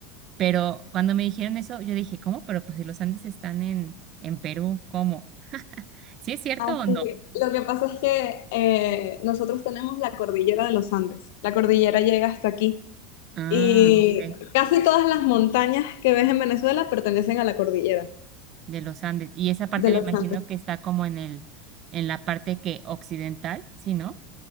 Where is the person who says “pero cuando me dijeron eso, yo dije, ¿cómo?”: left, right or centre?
Right